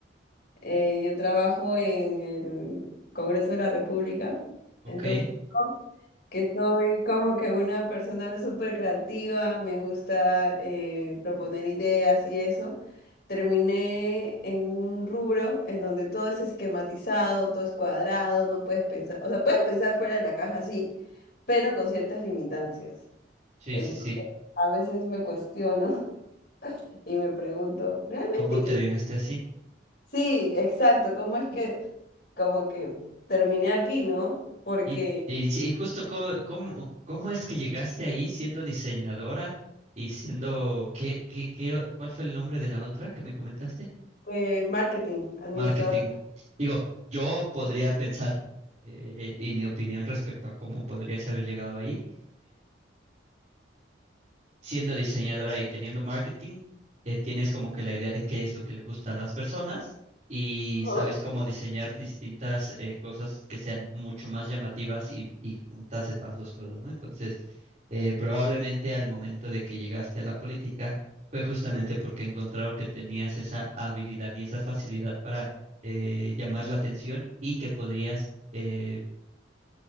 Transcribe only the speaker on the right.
Ok,
sí,
sí, sí.
¿Cómo terminaste
así?
Y, y, sí, y justo cómo, cómo, cómo es que llegaste ahí siendo diseñadora y siendo, ¿qué, qué, qué, cuál fue el nombre de la otra que me comentaste?
Marketing. Digo, yo podría pensar, eh, y mi opinión respecto a cómo podrías haber llegado ahí, siendo diseñadora y teniendo marketing, eh, tienes como que la idea de qué es lo que le gusta a las personas y
sabes cómo diseñar distintas eh, cosas que sean mucho más llamativas y, y juntas las dos cosas, ¿no? Entonces, eh, probablemente al momento de que llegaste a la política fue justamente porque encontraron que tenías esa habilidad y esa facilidad para eh, llamar la atención y que podrías... eh,